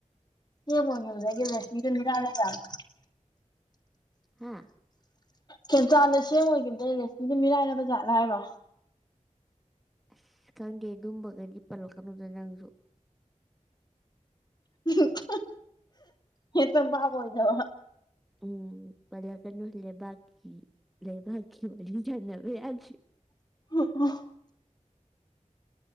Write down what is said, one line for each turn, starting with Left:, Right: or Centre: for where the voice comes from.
Left: ꯁꯤ ꯑꯦꯝ ꯑꯣꯏꯒꯤꯕꯗꯩ ꯔꯦꯁꯃꯤꯗꯣ ꯃꯤꯔꯥꯏꯔꯖꯥꯠꯂꯣ
Centre: ꯍꯥꯥ
Left: ꯈꯦꯟꯆꯥꯟꯗꯣ ꯁꯤ ꯑꯦꯝ ꯑꯣꯏꯈꯤꯕꯗꯩ ꯔꯦꯁꯃꯤꯗꯨ ꯃꯤꯔꯥꯏꯔ ꯖꯥꯠꯂ ꯍꯥꯏꯕ
Centre: ꯑꯁ ꯈꯪꯗꯦ ꯗꯨꯝꯕꯒꯗꯤ ꯄꯜꯂꯛ ꯀꯅꯨꯗ ꯅꯪꯁꯨ
Left: ꯍꯝꯑꯞ ꯍꯦꯛꯇ ꯕꯥꯞ ꯑꯣꯏꯗꯕ
Centre: ꯎꯝ ꯄꯜꯂꯛꯀꯅꯨ ꯂꯩꯕꯥꯛꯀꯤ ꯂꯩꯕꯥꯛꯀꯤ ꯋꯥꯔꯤ ꯁꯣꯟꯅꯕ ꯌꯗꯦ
Left: <inaudible>